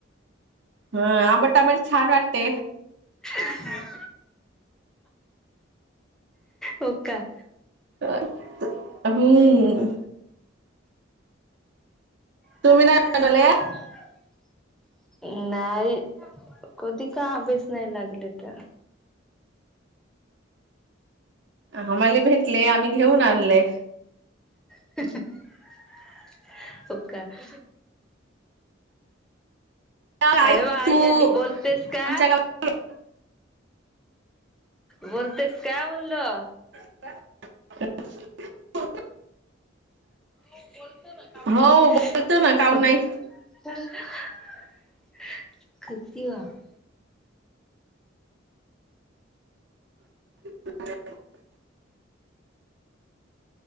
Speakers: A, on the right (about 65°); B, in the centre.
A: हं आंबट, आंबट छान वाटते.
B: हम. होका.
A: हम्.
B: <inaudible>
A: तुम्ही नाही बनवले
B: नाही. कधी काय आब्यास नाही लागलं तर
A: आम्हाले भेटले आम्ही घेऊन आणले.
B: <inaudible> होका. <inaudible>
A: आई
B: ए बा आई
A: तू
B: आली. बोलतेस का?
A: आमच्या गावात
B: बोलतेस का म्हणलो.
A: <unintelligible>
B: हो बोलतो ना काऊन
A: हो
B: नाही
A: बोलतो ना काऊन
B: बोलणार.
A: नाही
B: <inaudible> कितीवा <inaudible>
A: <unintelligible>